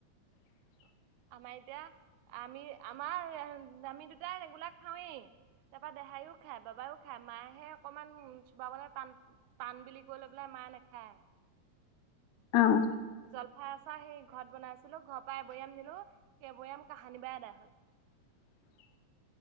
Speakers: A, on the left (about 80°); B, on the right (about 85°).
A: <inaudible>
B: অ আমাৰ এতিয়া আমি আমাৰ আমি দুটাই এই ৰেগোলাক খাওৱেই। তাৰপৰা দেহাইও খায় বাবাইও খায় মাহে অকণমান উ চোপাবলে টান টান বুলি কৈ লৈ বোলে ম। <unintelligible> নেখায়।
A: অ।
B: জলফাই আচাৰ সেই ঘৰত বনাইছিলো ঘৰৰ পৰা এবৈয়াম নিলো সেইবৈয়াম কাহানী বা এদাই হল।
A: <unintelligible>